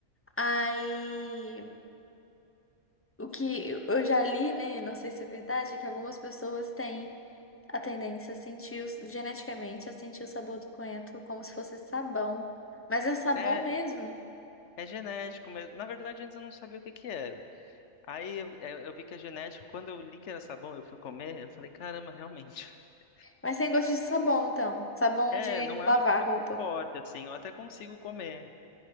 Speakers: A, on the left; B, on the left.
A: Aí o que eu já li, né? eu não sei se é verdade, é que algumas pessoas têm a tendência a sentir o- geneticamente a sentir o sabor do coentro como se fosse sabão. Mas é sabão
B: É,
A: mesmo.
B: é genético mesmo. Na verdade, antes eu não sabia o que que era. Aí eu, eu- eu vi que é genético, quando eu li que era sabão, eu fui comer, eu falei, caramba, realmente. <laughs>
A: Mas tem gosto de sabão, então. Sabão
B: É,
A: de
B: não
A: lavar
B: é um gosto
A: roupa.
B: forte, assim, eu até consigo comer.